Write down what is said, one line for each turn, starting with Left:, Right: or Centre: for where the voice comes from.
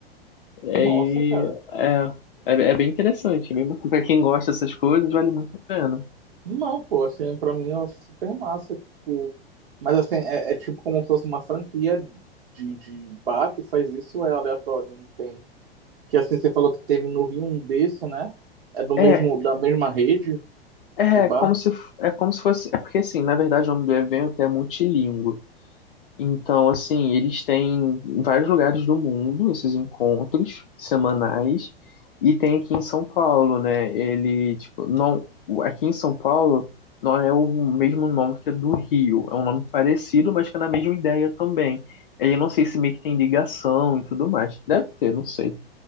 Left: e
Right: Nossa,
Left: aí,
Right: cara.
Left: é, é, é bem interessante, é bem bacana. Pra quem gosta dessas coisas, vale muito a pena.
Right: Não, pô, assim, pra mim é super massa, tipo... Mas, assim, é, é tipo como se fosse uma franquia de, de bar que faz isso, é aleatório, não tem... Que, assim, você falou que teve no Rio um desse, né? É do mesmo,
Left: É,
Right: da mesma rede
Left: é
Right: de bar?
Left: como se, é como se fosse, é porque assim, na verdade o nome do evento é multilíngue Então, assim, eles têm em vários lugares do mundo esses encontros semanais e tem aqui em São Paulo, né? Ele, tipo, não, aqui em São Paulo não é o mesmo nome que é do Rio, é um nome parecido, mas que é na mesma ideia também. Aí eu não sei se meio que tem ligação e tudo mais. Deve ter, não sei.